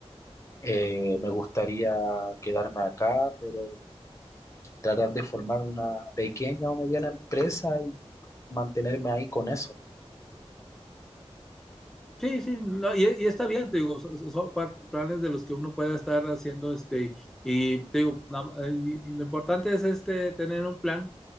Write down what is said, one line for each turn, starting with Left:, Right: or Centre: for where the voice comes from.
Left: eh, me gustaría quedarme acá, pero tratar de formar una pequeña o mediana empresa y mantenerme ahí con eso.
Centre: Sí, sí, no, y, y está bien, te digo, so- so- son, par- planes de los que uno puede estar haciendo, este, y, y te digo, na- y- y lo importante es este, tener un plan